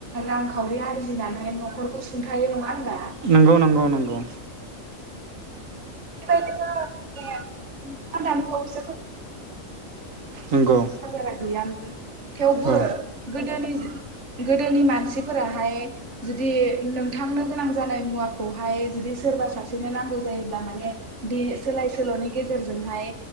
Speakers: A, on the right; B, on the right.
A: रांखावरि आरजिनानै न'खरखौ सुंथायो नङा होनबा
B: नंगौ नंगौ नंगौ
A: <unintelligible> आं‌ दानिबावैसो खोन
B: नंगौ
A: बाजारा गैयामोन थेवबो
B: औ
A: गोदोनि गोदोनि मानसिफोराहाय जुदि नोंथांनो गोनां जानाय मुवाखौहाय जुदि सोरबा सासेनो नांगौ जायोब्ला माने बे सोलाय सोलनि गेजेरजों जोंहाय